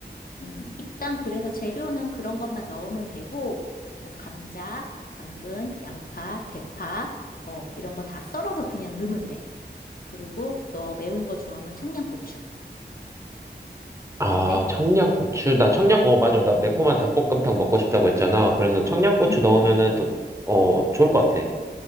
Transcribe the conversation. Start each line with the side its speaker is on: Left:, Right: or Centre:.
Left: 음, 일단 그래서 재료는 그런 것만 넣으면 되고, 뭐, 감자, 당근, 양파, 대파, 어, 이런 거 다 썰어서 그냥 넣으면 돼. 그리고 너 매운 거 좋아하면 청양고추.
Right: 아,
Left: 어때?
Right: 청양고추. 나 청양, 어, 맞아. 나 매콤한 닭볶음탕 먹고 싶다고 했잖아. 그래서 청양고추
Left: 응,
Right: 넣으면은,
Left: 응, 응.
Right: 또- 어, 좋을 것 같아.